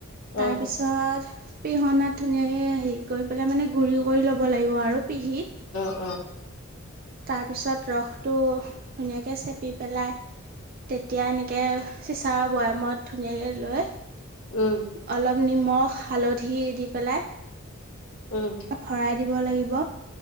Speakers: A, on the right; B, on the left.
A: তাৰপিছত
B: অ
A: পিহনাত ধুনীয়াকে হেৰি কৰি পেলাই মানে গুৰি কৰি ল'ব লাগিব আৰু। পিহি
B: অ'হ।
A: তাৰপিছত ৰসটো ধুনীয়াকৈ চেপি পেলাই তেতিয়া এনেকে চিচাৰ বৈয়ামত ধুনীয়াকে লৈ
B: উম।
A: অলপ নিমখ, হালধি দি পেলাই
B: উম
A: ভৰাই দিব লাগিব।